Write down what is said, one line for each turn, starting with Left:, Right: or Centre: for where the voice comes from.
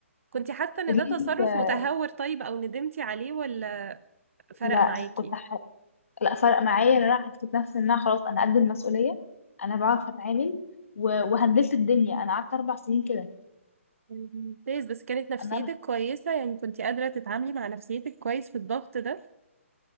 Right: كنتي حاسة ان
Left: فضلت
Right: ده تصرف
Left: آه،
Right: متهور طيب او ندمتي عليه ولا فرق
Left: لا
Right: معاكي
Left: كنت ح... لا فرق معايا ان انا حسيت نفسي ان انا خلاص انا قد المسؤولية انا بعرف اتعامل و... وهندلت الدنيا انا قعدت اربع سنين كده
Right: طيب، ممتاز بس كانت نفسيتك
Left: انا
Right: كويسة يعني كنتي قادرة تتعاملي مع نفسيتك كويس في الضغط ده